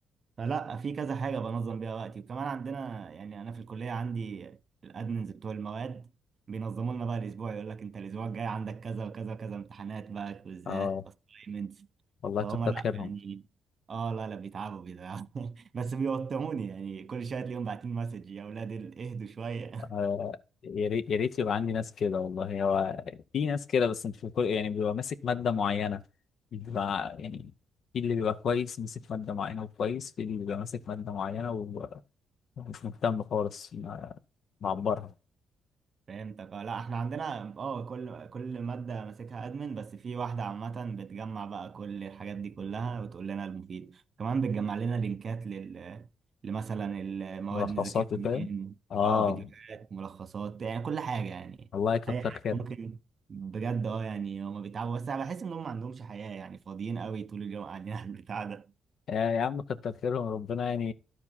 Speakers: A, on the right (about 40°); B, on the left (about 65°).
A: فلا في كذا حاجة بنظم بيها وقتي وكمان عندنا يعني أنا في الكلية عندي الأدمنز بتوع المواد بينظموا لنا بقى الأسبوع يقول لك أنت الأسبوع الجاي عندك كذا وكذا وكذا امتحانات بقى كويزات
B: اه
A: أسايمنتس
B: والله
A: فهم
B: كتر
A: لا
B: خيرهم
A: يعني اه لا لا بيتعبوا بيتعبوا <laughs> بس بيوتروني يعني كل شويه تلاقيهم باعتين مسج يا اولاد ال- اهدوا شويه
B: آه يا ريت يا ريت يبقى عندي ناس كده والله هو في ناس كده بس مش في كل يعني بيبقى ماسك ماده معينه بيبقى يعني في اللي بيبقى كويس ماسك ماده معينه وكويس في اللي بيبقى ماسك ماده معينه و- ومش مهتم خالص ما- معبرها
A: فهمتك اه لا احنا عندنا اه كل كل مادة ماسكها ادمن بس في واحدة عامة بتجمع بقى كل الحاجات دي كلها وتقول لنا المفيد كمان بتجمع لنا لينكات لل لمثلا المواد
B: ملخصات
A: نذاكرها
B: وكده
A: منين
B: اه
A: اه فيديوهات ملخصات يعني كل حاجة يعني
B: الله يكتر
A: اي حاجة
B: خيرهم
A: ممكن بجد اه يعني هما بيتعبوا بس انا بحس ان هم ما عندهمش حياة يعني فاضيين قوي طول اليوم قاعدين <laughs> على البتاع ده
B: يا يا عم كتر خيرهم ربنا يعني